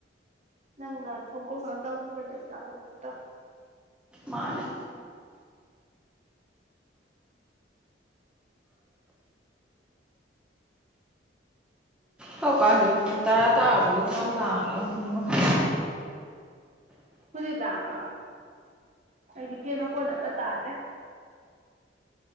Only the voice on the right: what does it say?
ꯅꯪꯅ ꯊꯣꯛꯀꯣ ꯈ ꯇꯧꯈꯤꯕꯗꯣꯩ ꯇꯀꯣ ꯇꯧ
ꯍꯧꯖꯤꯛ ꯂꯥꯛꯕ꯭ꯔꯣ ꯑꯩꯗꯤ ꯐꯦꯟ ꯃꯀꯣꯟ ꯑꯃ ꯇꯥꯗ꯭ꯔꯦ